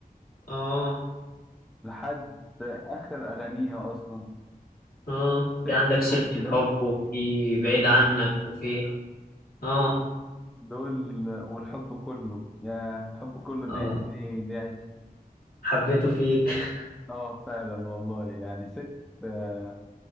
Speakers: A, on the left (about 70°); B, in the centre.
A: اه
B: لحد اخر اغانيها اصلا
A: اه
B: سيرة
A: في عندك سيرة
B: الحب
A: الحب
B: ده
A: وفي بعيد عنك وفي اه
B: دول والحب كله يا الحب كله ده
A: اه
B: ايه ده عشق
A: حبيته فيك
B: اه فعلا والله يعني ست آه،